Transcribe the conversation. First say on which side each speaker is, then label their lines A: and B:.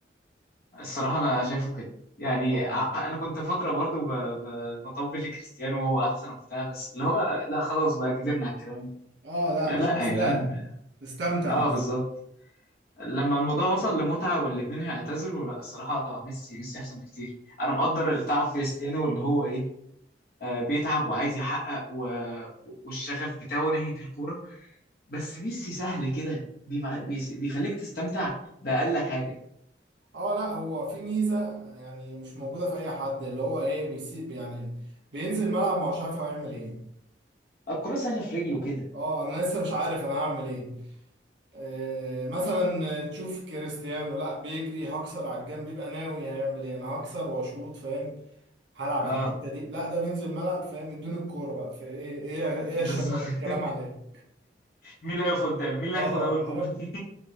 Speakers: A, on the left (about 55°); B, on the right (about 80°).
A: الصراحة أنا شايفه كده يعني
B: آه
A: ع- أنا كنت فترة برضو ب... ب... بطبل لكريستيانو وهو أحسن وبتاع بس اللي هو لا خلاص بقى كبرنا على الكلام ده
B: آه لا
A: يا
B: مش
A: لا
B: مستاهلة
A: يا جدعان
B: استمتع
A: اه
B: أحسن
A: بالظبط لما الموضوع وصل لمتعة والاتنين هيعتزلوا لا الصراحة ميسي ميسي أحسن بكتير أنا مقدر تعب كريستيانو اللي هو إيه آه، بيتعب وعايز يحقق و... والشغف بتاعه ناحية الكورة بس ميسي سهل كده بيمع... بيس- بيخليك تستمتع بأقل حاجة
B: اه لا هو في ميزه يعني مش موجوده في اي حد اللي هو ايه بيسيب يعني بينزل الملعب ما هوش عارف هو هيعمل ايه
A: الكرة سهلة في رجله كده
B: اه انا لسه مش عارف انا هعمل ايه آه مثلا تشوف كريستيانو لا بيجري هكسر على الجنب بيبقى ناوي هيعمل ايه انا هكسر واشوط فاهم هلعب
A: اه
B: على الحته دي لا ده بينزل الملعب فاهم من دون الكوره بقى في ايه ايه يا- ايه
A: بالظبط
B: يا شباب الكلام
A: <laughs>
B: عليه
A: مين اللي هيقف قدامي مين اللي
B: اه
A: هياخد اول كوبري
B: عارف